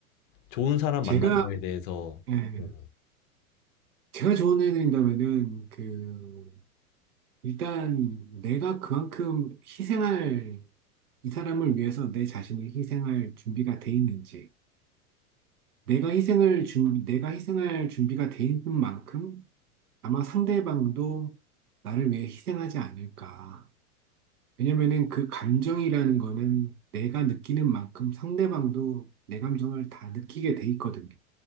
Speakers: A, on the left (about 40°); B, on the right (about 80°).
A: 좋은 사람
B: 제가,
A: 만나는 거에 대해서
B: 예,
A: 네.
B: 제가 조언을 해드린다면은, 그, 일단 내가 그만큼 희생할, 이 사람을 위해서 내 자신을 희생할 준비가 돼 있는지, 내가 희생을 준 내가 희생할 준비가 돼 있는 만큼 아마 상대방도 나를 위해 희생하지 않을까. 왜냐면은 그 감정이라는 거는 내가 느끼는 만큼 상대방도 내 감정을 다 느끼게 돼 있거든요.